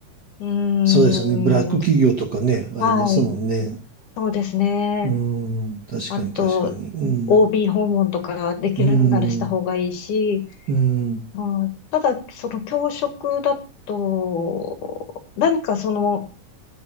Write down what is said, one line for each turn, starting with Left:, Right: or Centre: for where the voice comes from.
Left: うーん、
Right: そうですよね。ブラック企業とかね、ありますもんね。
Left: はい、そうですね。
Right: うん、確かに確かに。
Left: あと、
Right: うん、
Left: OB 訪問とかできるならした方がいいし、
Right: うん、うん。
Left: うん、ただ、その教職だと、何かその、